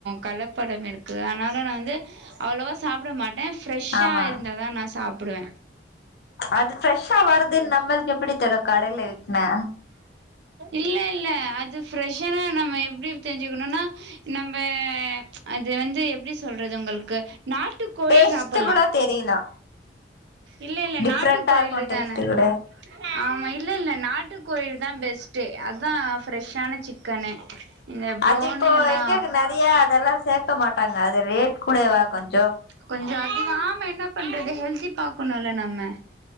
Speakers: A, on the right; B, on the left.
A: கலப்படம் இருக்கு அதனால நானு வந்து அவ்வளவா சாப்ட மாட்ட பிரெஷ்
B: ஆமா
A: ஆஹ் இருந்த தா நா சாப் சாப்படுவே
B: அது ஃப்ரெஷ்ஷா வருது நம்மளு எப்படி தரும் கடையில இருகேண
A: இல்ல இல்ல அது ப்ரெஷ்ஷாவே நம்ம எப்படி தெரிஞ்சுக்கணும்னா நம்ம அது வந்து எப்படி சொல்றது உங்களுக்கு நாட்டு கோழி
B: டேஸ்ட்
A: சாப்பலாம்
B: கூட தெரியலா
A: இல்ல இல்ல
B: டிஃப்ரெண்டா
A: நாட்டு கோழியில
B: இருக்கு டேஸ்ட்
A: தானே
B: கூட
A: ஆமா இல்ல இல்ல நாட்டு கோழியில தா பெஸ்ட்டே அதா பிரெஷ்ஷானா சிக்கனு இந்த ப்ரோனி
B: அது இப்போ
A: எல்லா
B: எங்கங்க நெறைய அதெல்லாம் சேக்க மாட்டாங்க அது ரேட் குடயவா கொஞ்
A: கொஞ்சோ அதிகோ ஆமா என்னப் பண்றது ஹெல்தி பாக்கணுல நாம